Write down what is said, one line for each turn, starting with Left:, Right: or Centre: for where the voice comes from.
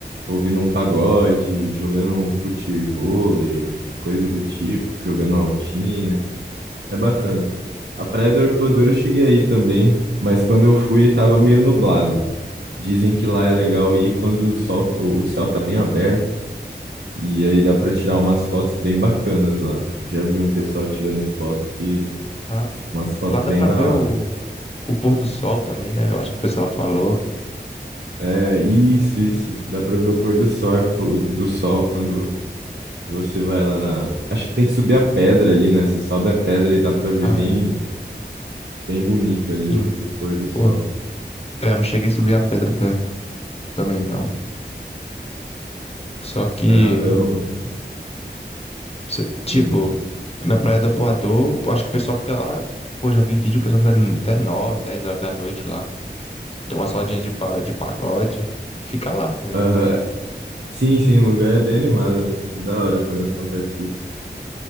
Right: ouvindo um pagode, jogando um futevôlei, coisa do tipo, jogando altinha. É bacana. A Praia do Arpoador eu cheguei aí também, mas quando eu fui tava meio nublado. Dizem que lá é legal ir quando o sol, tá- o o céu tá bem aberto e aí dá pra tirar
Left: É.
Right: umas fotos bem bacanas lá. Já vi um
Left: Ah,
Right: pessoal tirando foto que
Left: ah,
Right: fica umas fotos
Left: lá dá
Right: bem
Left: pra
Right: da
Left: ver
Right: hora.
Left: o, o pôr do sol também, né? Eu acho que o pessoal falou.
Right: É, isso, isso. Dá pra ver o pôr do sol, o- do sol quando você vai lá na. Acho que tem que subir a pedra ali, né? Você sobe a pedra e dá pra ver
Left: Ah,
Right: bem,
Left: é.
Right: bem bonito ali
Left: Sim.
Right: o, o pôr do sol.
Left: Pô, é, eu não cheguei a subir a pedra tan- também, não. Só que,
Right: É, eu não.
Left: se- tipo,
Right: Hum.
Left: na Praia do Apoador, eu acho que o pessoal fica lá. Pô, já vi vídeo, o pessoal fica até 9, 10 horas da noite lá. Tem umas rodinhas de, pa- de pagode e fica lá, tá ligado?
Right: Aham. Sim, sim, o lugar é bem animado, né? É da hora quando acontece isso.